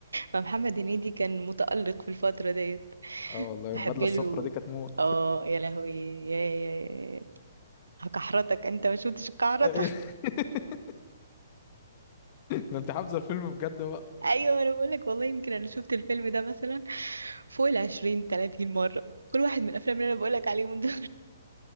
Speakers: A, on the right; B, on the left.
A: ما محمد هنيدي كان متألق في الفترة ديت
B: اه والله
A: بحب
B: البدلة
A: له
B: الصفرا دي كانت موت
A: اه يا لهوي يا يا يا هكحرتك انت ما شفتش الكحرتة
B: أيوة. <laughs> ده انت حافظة الفيلم بجد بقى
A: <laughs> ايوه انا بقولك والله يمكن انا شفت الفيلم ده مثلا فوق العشرين تلاتين مرة كل واحد من الافلام اللي انا بقولك عليهم دول